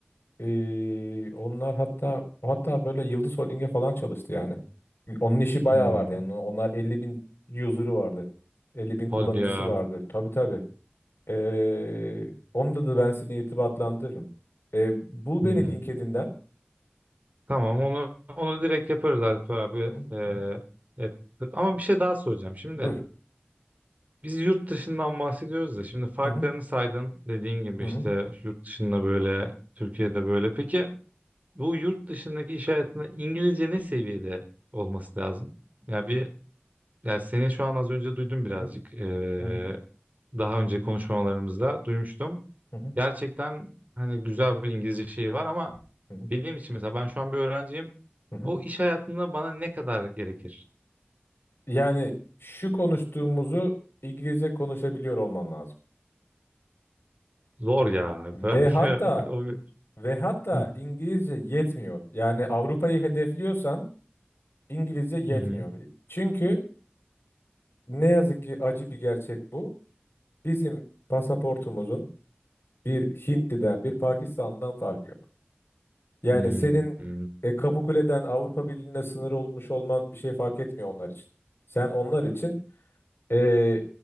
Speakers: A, on the left (about 70°); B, on the right (about 40°).
A: E, onlar hatta hatta böyle Yıldız Holding'e falan çalıştı yani. Onun işi bayağı
B: Hmm.
A: vardı yani. Onlar elli bin user'ı vardı. Elli bin kullanıcısı
B: Hadi ya.
A: vardı. Tabii tabii. Ee, onda da ben seni irtibatlandırırım. Ee, bul
B: Hmm.
A: beni LinkedIn'den.
B: Tamam onu onu direkt yaparız Alp abi.
A: Hı hı,
B: Ee,
A: hı hı.
B: yap- Ama bir şey daha soracağım. Şimdi
A: Buyur.
B: biz yurt dışından bahsediyoruz da şimdi farklarını
A: Hı hı,
B: saydın dediğin gibi
A: hı hı,
B: işte yurt dışında böyle Türkiye'de böyle. Peki Bu yurt dışındaki iş hayatında İngilizce ne seviyede olması lazım? Ya bir ya seni şu an az önce duydum birazcık.
A: hı hı,
B: Ee,
A: hı hı,
B: daha önce konuşmalarımızda duymuştum.
A: hı hı,
B: Gerçekten hani güzel bir İngilizce şeyi var ama
A: hı hı,
B: benim için mesela ben şu an bir öğrenciyim.
A: hı hı.
B: O iş hayatında bana ne kadar gerekir?
A: Yani şu konuştuğumuzu İngilizce konuşabiliyor olman lazım.
B: Zor ya
A: Ve
B: falan. <laughs>
A: hatta
B: O bir-
A: ve hatta
B: Hı,
A: İngilizce yetmiyor. Yani Avrupa'yı hedefliyorsan İngilizce yetmiyor.
B: hı,
A: Çünkü ne yazık ki acı bir gerçek bu. Bizim pasaportumuzun bir Hintli'den, bir Pakistan'dan farkı yok. Yani
B: hı,
A: senin
B: hı,
A: e, Kapıkule'den Avrupa Birliği'ne sınır olmuş olman bir şey fark etmiyor onlar için. Sen onlar için e,